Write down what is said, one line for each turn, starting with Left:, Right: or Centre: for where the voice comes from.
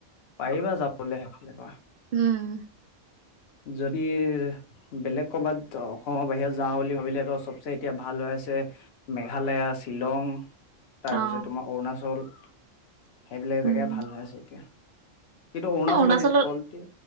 Left: পাৰিবা যাবলৈ সেইফালে পৰা।
Right: উম।
Left: যদি বেলেগ ক'বাত অসমৰ বাহিৰত যাওঁ বুলি ভাবিলেতো চবচে এতিয়া ভাল হৈ আছে মেঘালয়া, শ্বিলং। তাৰ
Right: অ
Left: পিছত তোমাৰ অৰুণাচল সেইবিলাক
Right: উম
Left: জেগাই ভাল হৈ আছে এতিয়া। কিন্তু অৰুনাচলত
Right: এ অৰুণাচলত
Left: এইটো অল তিয়া,